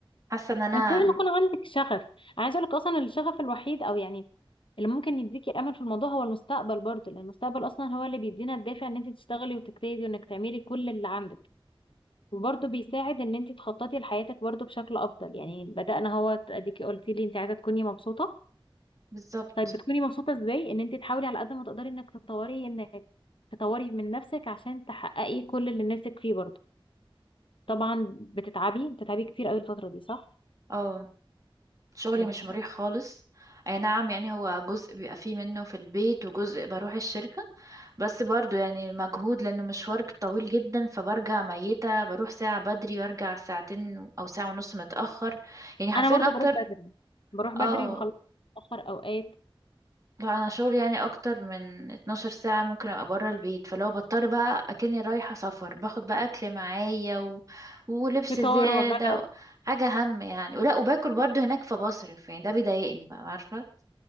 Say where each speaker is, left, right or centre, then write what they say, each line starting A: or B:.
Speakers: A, on the right; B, on the left.
A: حاسة ان انا
B: ما انت لازم
A: م-
B: يكون عندك شغف انا عايزه اقول لك اصلا الشغف الوحيد او يعني اللي ممكن يديكي امل في الموضوع هو المستقبل برضو لان المستقبل اصلا هو اللي بيدينا الدافع ان انت تشتغلي وتجتهدي وانك تعملي كل اللي عندك وبرضو بيساعد ان انت تخططي لحياتك برضو بشكل افضل يعني بدأنا هو اديكي قلتي لي انت عايزه تكوني مبسوطه
A: بالظبط
B: طيب بتكوني مبسوطه ازاي ان انت تحاولي على قد ما تقدري انك تطوري انك تطوري من نفسك عشان تحققي كل اللي نفسك فيه برضو طبعا بتتعبي بتتعبي كتير قوي الفتره دي صح
A: اه شغلي
B: يعني
A: مش
B: بتحسي
A: مريح خالص اي نعم يعني هو جزء بيبقى فيه منه في البيت وجزء بروح الشركة بس برضو يعني مجهود لأنه مشوار طويل جدا فبرجع ميتة بروح ساعة بدري وارجع ساعتين أو ساعة ونص متأخر يعني حرفيا
B: انا برضو
A: أكتر
B: بروح بدري بروح بدري
A: اه
B: بخلص متاخر اوقات
A: لا أنا شغلي يعني أكتر من 12 ساعة ممكن أبقى برا البيت فلو بضطر بقى أكني رايحة سفر باخد بقى أكل معايا و... ولبس
B: ففطار
A: زيادة
B: وغدا
A: و... حاجة هم يعني ولا وباكل برضو هناك فبصرف يعني ده بيضايقني بقى عارفة